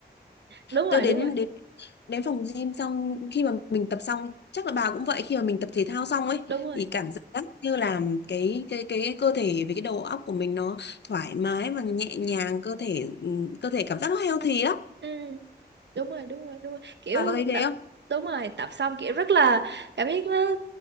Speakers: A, on the right; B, on the left.
A: đúng rồi
B: tôi đến
A: đúng rồi
B: đến đến phòng gym xong khi mà mình tập xong chắc là bà cũng vậy khi mà mình tập thể thao xong ấy
A: đúng rồi
B: thì cảm giác như là cái cái cái cơ thể với cái đầu óc của mình nó thoải mái và nhẹ nhàng cơ thể ừ, cơ thể cảm giác nó healthy lắm
A: ừ. đúng rồi đúng rồi đúng rồi kiểu
B: bà có thấy thế
A: tập
B: không
A: đúng rồi tập xong kiểu rất là cảm giác nó